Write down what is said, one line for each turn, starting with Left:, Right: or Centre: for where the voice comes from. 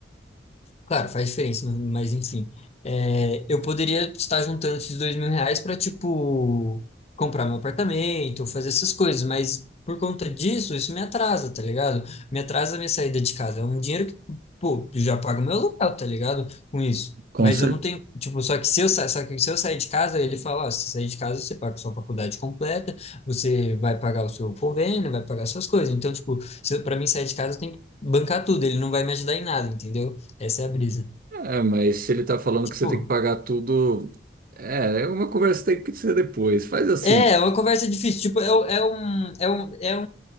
Left: Claro, faz diferença, mas enfim. É, eu poderia estar juntando esses dois mil reais para, tipo, comprar meu apartamento, fazer essas coisas, mas por conta disso, isso me atrasa, tá ligado? Me atrasa a minha saída de casa. É um dinheiro que, pô, eu já pago meu aluguel, tá ligado? Com isso.
Right: Com
Left: Mas
Right: certeza.
Left: eu não tenho, tipo, só que se eu, sa- só que se eu sair de casa, ele fala, ó, se sair de casa, você paga sua faculdade completa, você vai pagar o seu convênio, vai pagar suas coisas. Então, tipo, se, eu- pra mim sair de casa, eu tenho que bancar tudo, ele não vai me ajudar em nada, entendeu? Essa é a brisa.
Right: É, mas se ele tá falando
Left: Tipo,
Right: que você tem que pagar tudo, é, é uma conversa que tem que ser depois. Faz assim,
Left: é, é uma conversa difícil. Tipo, é, um- é um, é um, é